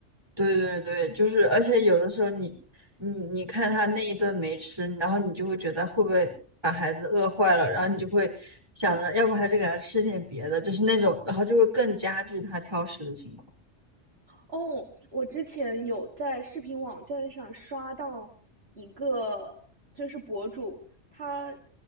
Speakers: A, on the right (about 20°); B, on the right (about 60°).
A: 对对对，就是，而且有的时候你，你你看他那一顿没吃，然后你就会觉得会不会把孩子饿坏了，然后你就会想着，要不还是给他吃点别的，就是那种，然后就会更加剧他挑食的情况。
B: 哦，我之前有在视频网站上刷到一个，就是博主，他